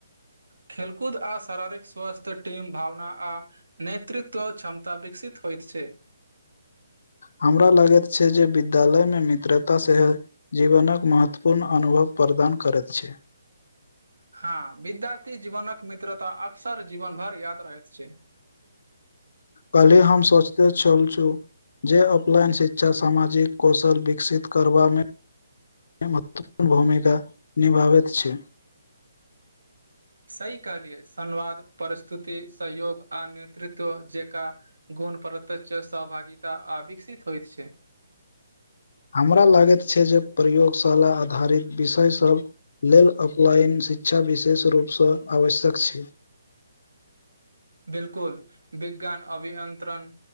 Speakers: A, on the right (about 85°); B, on the left (about 65°).
A: खेलकूद आ शारारिक स्वस्थ्य टीम भावना आ नेतृत्व क्षमता विकसित होइत छै
B: हमरा लागैत छै जे विद्यालय में मित्रता से जीवनक महत्वपूर्ण अनुभव प्रदान करैत छै
A: हँ विद्यार्थी जीवनक मित्रता अक्सर जीवन भर याद रहैत छै
B: कले हम सोचते छल छु जे ऑफलाइन शिक्षा सामाजिक कौशल विकसित करबा में में महत्वपूर्ण भूमिका निभाबैत छै
A: सही कहलियै सन्वाद परस्तुति सहयोग आ नेतृत्व जेका गुण प्रत्यच सहभागिता आ विकसित होइत छै
B: हमरा लागैत छै जे प्रयोगशाला आधारित विषय सब लेल ऑपलाइन शिक्षा विशेष रूप स आवश्यक छै
A: बिल्कुल विज्ञान अभियंत्रण